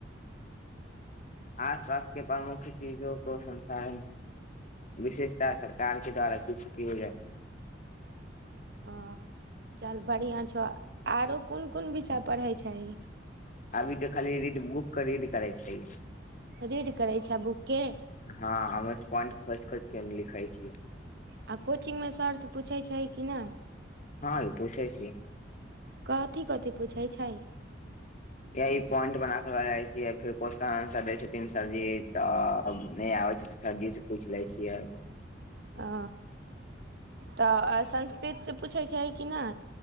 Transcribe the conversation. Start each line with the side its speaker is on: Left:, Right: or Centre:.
Left: आस पास के प्रमुख चीजों को संसाधन विशेषताः सरकार के द्वारा किछु किए जाय
Right: ओ चल बढ़िआँ छौ आरो कोन कोन विषय पढ़ै छैही
Left: अभी त खाली रीड बुक के रीड करै छीय
Right: रीड करै छै बुक के
Left: हँ अमे्पॉट खोज खोज के लिखाइ छियै
Right: आ कोचिंग मे सर से पूछै छैही कि नय
Left: हँ ये पोछै छियै
Right: कथी कथी पूछैय छही
Left: यए पॉइंट बना कऽ लऽ जाइत छियै, फेर क्वेश्चन-आंसर दैत छथिन सरजी, तऽ नहि आबैत छै। सरजी स पूछ लै छियैन
Right: अ तऽ संस्कृत से पूछै छहि कि नै